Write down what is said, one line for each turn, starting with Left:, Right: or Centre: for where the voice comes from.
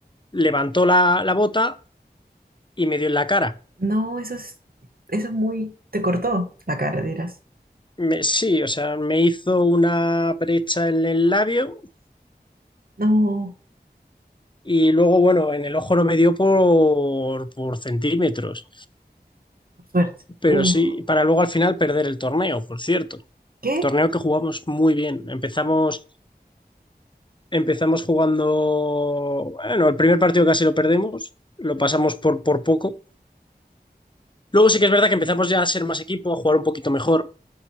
Left: levantó la, la bota y me dio en la cara.
Right: no, eso es, eso es muy... Te cortó la cara, dirás.
Left: Me- sí, o sea, me hizo una brecha en el labio
Right: No.
Left: y luego, bueno, en el ojo no me dio por, por centímetros.
Right: Por suerte.
Left: Pero
Right: Uh,
Left: sí, para luego al final perder el torneo, por cierto.
Right: ¿qué?
Left: Torneo que jugamos muy bien. Empezamos, empezamos jugando, bueno, el primer partido casi lo perdemos, lo pasamos por, por poco. Luego sí que es verdad que empezamos ya a ser más equipo, a jugar un poquito mejor.